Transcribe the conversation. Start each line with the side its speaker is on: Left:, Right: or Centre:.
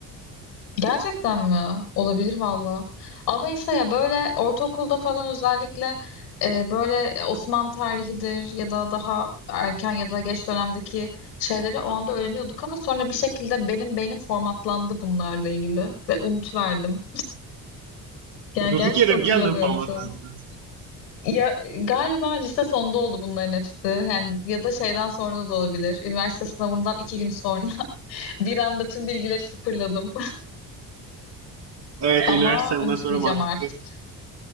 Left: Gerçekten mi? Olabilir valla. Ama işte ya böyle ortaokulda falan özellikle e, böyle Osmanlı tarihidir ya da daha erken ya da geç dönemdeki şeyleri o anda öğreniyorduk ama sonra bir şekilde benim beynim formatlandı bunlarla ilgili ve unutuverdim. Yani
Right: Durduk
Left: gerçekten
Right: yere
Left: hatırlamıyorum
Right: bir anda formatlandı.
Left: çoğunu. Ya galiba lise sonunda oldu bunların hepsi. Yani ya da şeyden sonra da olabilir. Üniversite sınavından iki gün sonra <laughs> bir anda tüm bilgileri sıfırladım.
Right: Evet
Left: <laughs> Ama
Right: üniversite bundan
Left: unutmayacağım
Right: sonra mantıklı.
Left: artık.